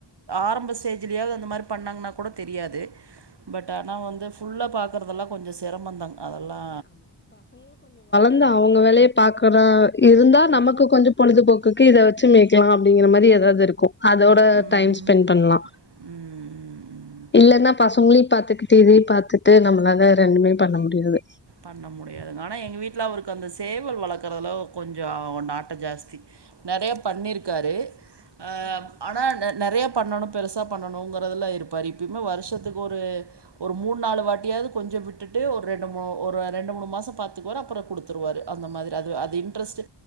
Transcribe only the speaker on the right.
ஆரம்ப ஸ்டேஜ்லேயாவது அந்த மாதிரி பண்ணாங்கன்னா கூட தெரியாது பட் ஆனால் வந்து ஃபுல்லா பா பாக்குறதெல்லா கொஞ்சோ செரமம் தாங் அதெல்லா
ம்
ம் ம் ம்
பண்ண முடியாதுங்க ஆனா எங்க வீட்டுல அவருக்கு அந்த சேவல் வளர்க்கறதுல கொஞ்சோ நாட்டோ ஜாஸ்தி நறையா பண்ணிருக்காரு ஆ ஆனா நிறைய பண்ணணு பெருசா பண்ணணுங்கறதுல இருப்பாரு இப்பைமே வருஷத்துக்கு ஒரு ஒரு மூணு நாலு வாட்டியாது கொஞ்சொ விட்டுட்டு ஒரு ரெண்டு மு ஒரு ரெண்டு மூணு மாசொ பாத்துக்குவாரு அப்பறொ குடுத்துருவாரு அந்த மாதிரி அது அது இன்ட்ரஸ்ட்டு